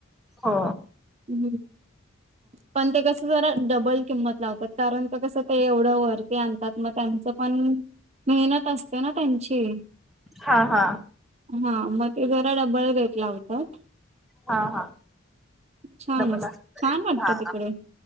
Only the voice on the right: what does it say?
हम्म पण ते कसं जरा डबल किंमत लावतात कारण कसं ते एवढं वरती आणतात. मग त्यांचं पण मेहनत असते ना त्यांची..
हा मग ते जरा डब्बल रेट लावतात.
छान
अस
छान वाटतं
तिकडे